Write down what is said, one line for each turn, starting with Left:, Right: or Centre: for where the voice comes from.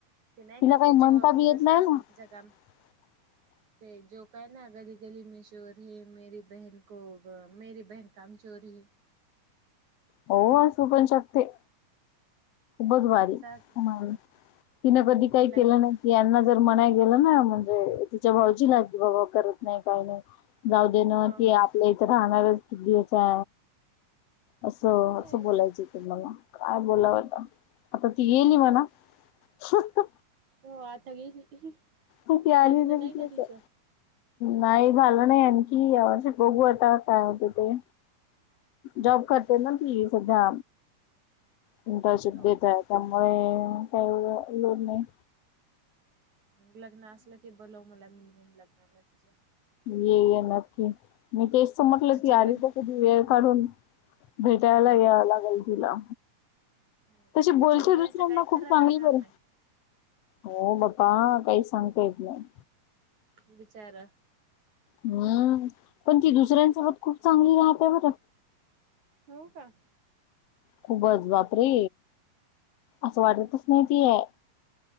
Right: ते नाही
Left: तिला
Right: का
Left: काही
Right: ते
Left: म्हणता
Right: जो
Left: बी येत
Right: तसं
Left: नाही
Right: असेल
Left: ना
Right: तीच्या काम
Left: <inaudible>
Right: ते जोकायना गली गली में शोर हे मेरी बहन को मेरी बहन कामचोर हे
Left: हो असू पण शकते बग भारी
Right: तसं असेल
Left: तिनं
Right: तिचं
Left: कधी काही
Right: तिला
Left: केलं नाही यांना जर म्हणाय गेलं ना म्हणजे तिच्या भाऊजीला की बाबा करत नाही काही नाही गाव ते नव्ह
Right: हा
Left: ते आपल्या इथे राहणारच की चा असं
Right: बरं
Left: असं
Right: आहे
Left: बोलायचं
Right: मग
Left: होत मला काय बोलावंता आता त येईल
Right: हो
Left: ही मना ह ह
Right: हो आता गेली.
Left: तर ती आली
Right: लग्न
Left: तरी
Right: नाही का
Left: तेच
Right: तिचं
Left: आहे नाही झालं नाही आणखी या वर्षी बघू आता काय होत ते
Right: हो
Left: जॉब करते
Right: का
Left: ना ती सध्या इंटर्नशिप
Right: हो
Left: देतय
Right: का
Left: त्या होय काय एवढ लोड नाही.
Right: मग लग्न असलं की बोलव मला मी इन लग्नाला तिच्या
Left: ये येणार की मी तेच तर म्हंटल
Right: तिच्या
Left: की
Right: लग्न
Left: आली तर कधी वेळ काढून भेटायला
Right: हो
Left: याव लागल तीला
Right: हो
Left: कसे
Right: तिच्या
Left: बोलते
Right: नवऱ्याचं
Left: दुसऱ्यांना
Right: काय
Left: खूप
Right: खरं राहणार
Left: चांगली बर
Right: नाही
Left: हो मग का काही सांगता येत नाही
Right: बिचारा
Left: मग पण ती दुसऱ्यांसोबत खूप चांगली राहते बरं
Right: हो का?
Left: खुपचं बांप रे असं वाटतंच नाहीं ती अं